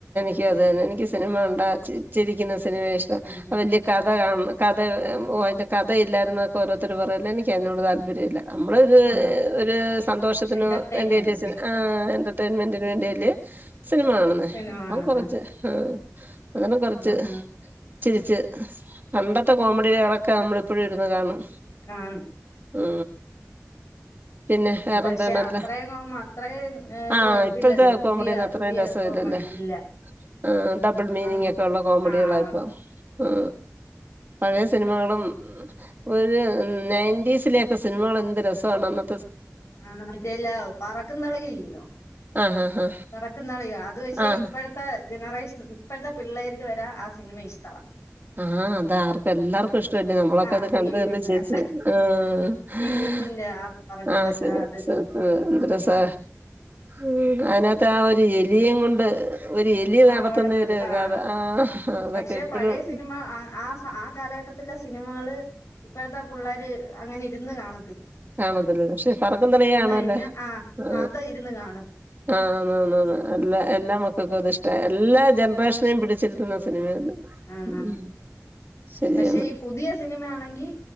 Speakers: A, on the right; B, on the left.
A: എനിക്കും അതേനെ ക്ക് സിനിമ കണ്ടാ ചിരിക്കുന്ന സിനിമയാ ഇഷ്ടം
B: ശരിക്കും
A: വല്യ കഥ കാണ്ണ് കഥ ഓ അതിൻ്റെ കഥയില്ലായിരുന്നൊക്കെ ഓരോരുത്തര് പറയല്ല എനിക്ക് അയ്നോട് താല്പര്യം ഇല്ല നമ്മള് ഇത്
B: ആ
A: ഒരു സന്തോഷത്തിന്
B: എന്റർടൈൻമെന്റ്
A: വേണ്ടിയല്ലെ ആ എന്റർടൈൻമെന്റിന് വേണ്ടിയല്ലേ സിനിമ കാണുന്നേ
B: സിനിമ
A: അപ്പം
B: കാണുന്ന
A: കൊറച്ച് ആ അങ്ങനെ കൊറച്ച്
B: ആ ആ,
A: തിരിച്ച് പണ്ടത്തെ കോമഡികികളൊക്കെ നമ്മള് ഇപ്പഴും ഇരുന്ന് കാണും
B: കാണും
A: ആ പിന്നെ വേറെന്താണല്ലേ
B: പക്ഷെ അത്രയും കോമ അത്രയും ഏഹ്
A: ആ
B: ഇത് വരത്തില്ലല്ലോ
A: ഇപ്പഴത്തെ
B: പുതിയ
A: കോമഡിന്ന് അത്രയും
B: പുതിയ
A: രസല്ലല്ലേ
B: കോമഡി ഇല്ല.
A: ആ ഡബിൾ മീനിങ്ങ്
B: അങ്
A: ഒക്കെ ഉള്ള കോമഡികളായി
B: ആഹ്
A: പ ആ പഴയ സിനിമകളും ഒരു നയൻ്റീസിലെ സിനിമകൾ എന്ത് രസമണന്നോ
B: ആ മറ്റേല്ല പറക്കുംതളിക ഇല്ലയോ
A: ആഹ് ആഹ്
B: പറക്കുംതളിക അത് പക്ഷേ
A: ആഹ്
B: ഇപ്പഴത്തെ ജനറേഷൻ ഇപ്പോഴത്തെ പിള്ളേർക്ക് വരെ ആ സിനിമ ഇഷ്ടവാ
A: ആ അതാർക്കും എല്ലാർക്കും ഇഷ്ടമല്ലേ നമ്മളൊക്കെ
B: ആഹ്
A: അത്
B: ദിലീപിന്റെ
A: കണ്ട് കണ്ട് ചിരിച്ച് <unintelligible>
B: ദിലീപിന്റെ ആ പറക്കുന്ന
A: എന്ത്
B: ആ അത്
A: രസാ ഉം അതിനത്ത ആ ഒരു എലിയേം കൊണ്ട് ഒരു എലി
B: ആ
A: നടത്തുന്ന
B: ഓടുന്നത്
A: ഒരു
B: ആഹ്
A: കഥ
B: ആഹ്
A: ആ അതൊക്കെ
B: പക്ഷെ
A: ഇപ്പഴും
B: പഴയ സിനിമ ആഹ് ആ ആ കാലഘട്ടത്തില സിനിമകള് ഇപ്പ ഴത്തെ പിള്ളേര് അങ്ങനെ ഇരുന്ന് കാണ
A: കാണത്തില്ല പക്ഷെ പറക്കും തളിക കാണുവല്ലോ
B: കഴിഞ്ഞാ ആഹ്
A: ആ
B: അത് ഇരുന്ന് കാണും.
A: ആ.. ആന്നന്ന ന്ന് എലമക്ക കക്കുത്
B: ഉം
A: ഇഷ്ട എല്ലാ ജൻറേഷനും പിടി ചരിത്തുന്ന സിനിമയത്
B: ആ
A: ഉം
B: ആ
A: ശരിയാണ്
B: പക്ഷെ ഈ പുതിയ സിനിമയാണെങ്കി